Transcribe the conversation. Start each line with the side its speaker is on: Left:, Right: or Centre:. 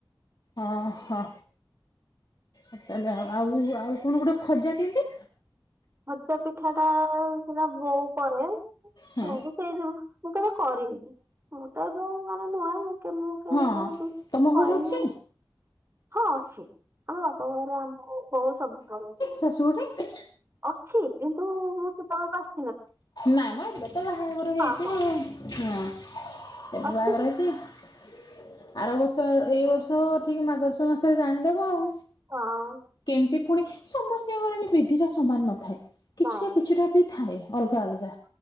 Left: ଓ ହୋ। ତାହାଲେ ଆଉ ଆଉ କଣ ଗୋଟେ ଖଜା କେମିତି?
Right: ଖଜା ପିଠାଟା ସେଟା ବୋଉ କରେ
Left: ହଁ
Right: ବୋଉ ସେଇ ମୁଁ କେବେ କରିନି ମୁଁ ତ ଏ ମାନେ ନୂଆଁ ମୁଁ ମୁଁ କେ
Left: ହଁ
Right: ଏସବୁ
Left: ତମ ଘରେ
Right: କରିନି।
Left: ଅଛି
Right: ହଁ ଅଛି ଆମ ବାପଘର ଆମ ବୋଉ ସବୁ କରେ।
Left: ତତେ ଆସିବ ଟି।
Right: ଅଛି କିନ୍ତୁ ମୁଁ ସେତବେଳକୁ ଆସ।
Left: ନାଇଁ ମ ଏବେ ତ ବାହାଘର ହେଇଛି
Right: ହଁ ହଁ
Left: ଆ ହଁ। ଏବେ ବାହାଘର
Right: ଅଛି କି?
Left: ହେଇଚି। ଆର ବର୍ଷ ଏଇ ବର୍ଷ ଠିକ ମଗଶିର ମାସରେ ଜାଣିଦବ ଆଉ।
Right: ହଁ।
Left: କେମିତି ପୁଣି ସମସ୍ତଙ୍କର ବି ବିଧିଟା ସମାନ ନଥାଏ କିଛିଟା
Right: ନାଇଁ।
Left: କିଛିଟା ବି ଥାଏ। ପୁରା ଅଲଗା।